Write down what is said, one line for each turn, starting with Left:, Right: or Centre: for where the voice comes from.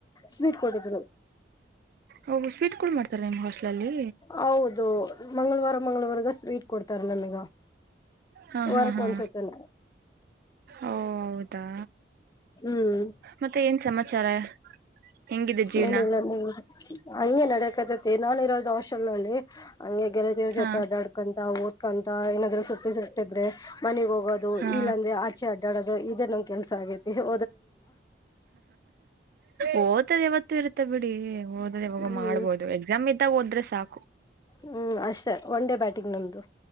Left: ಸ್ವೀಟ್ ಕೊಟ್ಟಿದ್ರು.
Right: ಓ ಸ್ವೀಟ್ ಕೂಡ ಮಾಡ್ತಾರೆ ನಿಮ್ ಹಾಸ್ಟ್ಲಲ್ಲಿ
Left: ಹೌದು ಮಂಗಳವಾರ. ಚ ಮಂಗಗಳೂವರ್ಗ ಸ್ವೀಟ್ ಕೊಡ್ತಾರ ನಮಗ
Right: ಹಾ
Left: ವರಕ್
Right: ಹಾ ಹಾ
Left: ಒಂದ್ಸತ್ತ.
Right: ಓ ಹೌದಾ
Left: ಹ್ಮ್
Right: ಮತ್ತೆ ಏನ್ ಸಮಾಚಾರ. ಹೆಂಗಿದೆ ಜೀವನ
Left: ಏನಿಲ್ಲ ನೀ ಹಂಗೆ ನಡಕ್ತತಿ ನಾನಿರೋದು ಹಾಸೆಲ್ ನಲ್ಲಿ. ಹಂಗೆ ಗೆಳತಿರು
Right: ಹಾ
Left: ಜೊತೆ ಅಡ್ಡಾಡ್ಕೊಂತ ಓದ್ಕೊಂತ ಏನಾದ್ೂ ಸುಟ್ಟಿ ಸುಟ್ಟಿದ್ರೆ ಮನಗ್ ಹೋಗೋದು.
Right: ಹಾ
Left: ಇಲ್ಲ ಅಂದ್ರೆ ಆಚೆ ಅಡ್ಡೋದು ಇದೇ ನಮ್ ಕೆಲಸ ಆಗೈತಿ ಹ.
Right: ಓ್ತದೆ ಯಾವತ್ತುೂ ಇರುತ್ತೆ ಬಿಡಿ. ಓದದೆ ಇವಾಗ
Left: ಹ್ಮ್
Right: ಮಾಡ್ಬೋದು ಎಕ್ಸಾಮ್ ಇದ್ದಾಗ ಹೋದ್ರೆ ಸಾಕು.
Left: ಹ್ಮ್ ಅಷ್ಟೇ ಒನ್ ಡೇ ಬ್ಯಾಟಿಂಗ್ ನಮ್ದು.